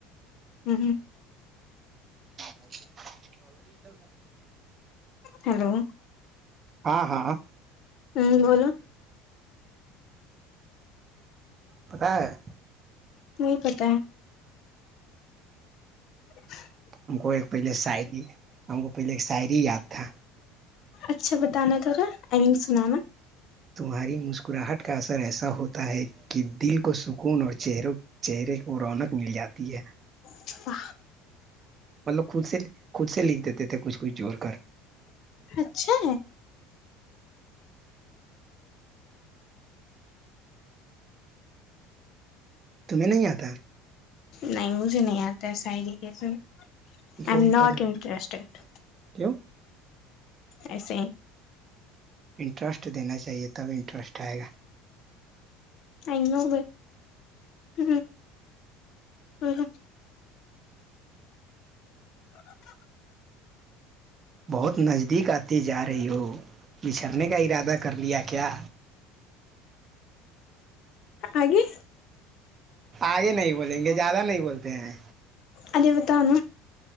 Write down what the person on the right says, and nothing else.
ک <inaudible>
ہاں ہاں
پت ہے <unintelligible>
ہم کو ایک پہلے شاعری ہم کو پہلے ایک شاعری یاد تھا
تمہاری مسکراہٹ کا اثر ایسا ہوتا ہے کہ دل کو کو سکون اور چہروں چہرے کو رونق مل جاتی ہے
مطلب کلصل خود سے لکھ دیتے تھے کچھ کچھ جوور کر
تمہیں نہیں آتا
سیکھو
گی
تب
کیوں
انٹرسٹ دینا چاہیے تب انٹرسٹ آئے گا
بہت نزدیک آتی جا رہی ہو بچھھرنے کا ارادہ کر لیا کیا
آگے نہیں بولیں گے زیادہ نہیں بولتے ہیں